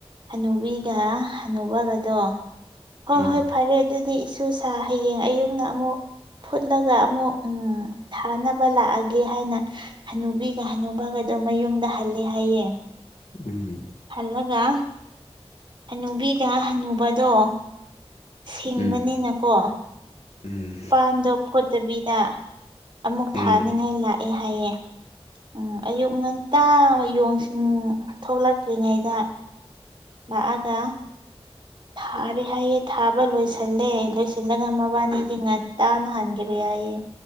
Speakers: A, on the right; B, on the left.
A: ꯍꯅꯨꯕꯤꯒ ꯍꯅꯨꯕꯒꯗꯣ ꯍꯣꯏ
B: ꯎꯝ
A: ꯍꯣꯏ ꯐꯔꯦ ꯑꯗꯨꯗꯤ ꯏꯁꯨꯁ ꯍꯌꯦꯡ ꯑꯌꯨꯝꯅ ꯑꯃꯨꯛ ꯐꯨꯠꯂꯒ ꯑꯃꯨꯛ ꯎꯝ ꯊꯥꯅꯕ ꯂꯥꯛꯑꯒꯦ ꯍꯥꯏꯅ ꯍꯅꯨꯕꯤꯒ ꯍꯅꯨꯕꯒ ꯑꯗꯨꯣ ꯃꯌꯨꯝꯗ ꯍꯜꯂꯦ ꯍꯥꯏꯌꯦ
B: ꯎꯝ
A: ꯍꯜꯂꯒ ꯍꯅꯨꯕꯤꯒ ꯍꯟꯅꯨꯕꯗꯣ ꯁꯤꯡꯕꯅꯤꯅꯀꯣ
B: ꯎꯝ ꯎꯝ
A: ꯄꯥꯟꯗꯣ ꯐꯣꯠꯇꯕꯤꯗ ꯑꯃꯨꯛ
B: ꯎꯝ
A: ꯊꯥꯅꯤꯡꯉꯥꯏ ꯂꯥꯛꯑꯦ ꯍꯥꯏꯌꯦ ꯎꯝ ꯑꯌꯨꯛ ꯉꯟ ꯇꯥꯕꯌꯣꯡꯁꯤꯡꯟ ꯊꯣꯛꯂꯛꯇ꯭ꯔꯤꯉꯩꯗ ꯂꯥꯛꯑꯒ ꯊꯥꯔꯦ ꯍꯥꯏꯌꯦ ꯊꯥꯕ ꯂꯣꯏꯁꯤꯜꯂꯦ ꯂꯣꯏꯁꯤꯜꯂꯒ ꯃꯕꯥꯅꯤꯗꯤ ꯉꯟꯇꯥꯅ ꯍꯟꯈꯒ꯭ꯔꯦ ꯍꯥꯏꯌꯦ